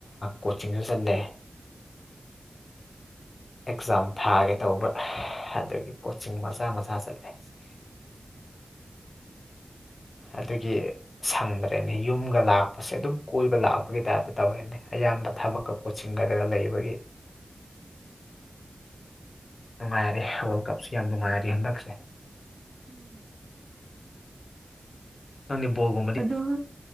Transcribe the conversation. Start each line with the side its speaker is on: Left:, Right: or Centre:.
Left: ꯀꯣꯆꯤꯡꯁꯨ ꯆꯠꯂꯦ ꯑꯦꯛꯖꯥꯝ ꯊꯥꯒꯦ ꯇꯧꯕ꯭ꯔꯥ ꯑꯗꯨꯗꯒꯤ ꯀꯣꯆꯤꯡ ꯃꯆꯥ ꯃꯆꯥ ꯆꯠꯂꯦ
Right: <unintelligible>
Left: ꯑꯗꯨꯒꯤ ꯁꯪꯗ꯭ꯔꯦꯅꯤ ꯌꯨꯝꯒ ꯂꯥꯛꯄꯁꯦ ꯑꯗꯨꯝ ꯀꯣꯏꯕ ꯂꯥꯛꯄꯒꯤ ꯇꯥꯏꯞꯇ ꯇꯧꯔꯦꯅꯦ ꯑꯌꯥꯝꯕ ꯊꯕꯛꯀ ꯀꯣꯆꯤꯡꯒꯗꯒ ꯂꯩꯕꯒꯤ ꯅꯨꯡꯉꯥꯏꯔꯦ ꯋꯥꯔꯜ ꯀꯞꯁꯨ ꯌꯥꯝ ꯅꯨꯡꯉꯥꯏꯔꯦ ꯍꯟꯗꯛꯁꯦ
Right: ꯎꯝ
Left: ꯉꯅꯤꯕꯨꯕꯨꯝ
Right: ꯑꯗꯨ